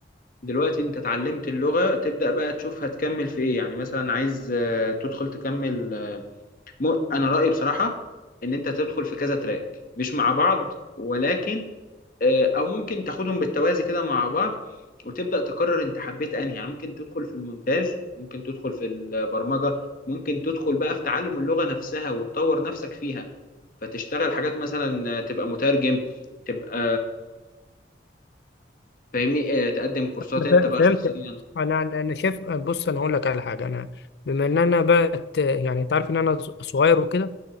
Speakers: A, on the left (about 50°); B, on the left (about 65°).
A: دلوقتي انت اتعلمت اللغة تبدأ بقى تشوف هتكمل في ايه يعني مثلا عايز آه تدخل تكمل آه م... انا رأيي بصراحة ان انت تدخل في كذا تراك مش مع بعض ولكن آه او ممكن تاخدهم بالتوازي كده مع بعض وتبدأ تقرر انت حبيت انهي يعني ممكن تدخل في المونتاج ممكن تدخل في البرمجة ممكن تدخل بقى في تعلم اللغة نفسها وتطور نفسك فيها فتشتغل حاجات مثلا تبقى مترجم تبقى فاهمني آه، تقدم كورسات
B: أنا
A: انت
B: فا-
A: بقى
B: فهمت
A: شخصيا
B: انا انا شايف بص انا هقول لك على حاجه انا بما ان انا بقت يعني انت عارف ان انا صغير وكده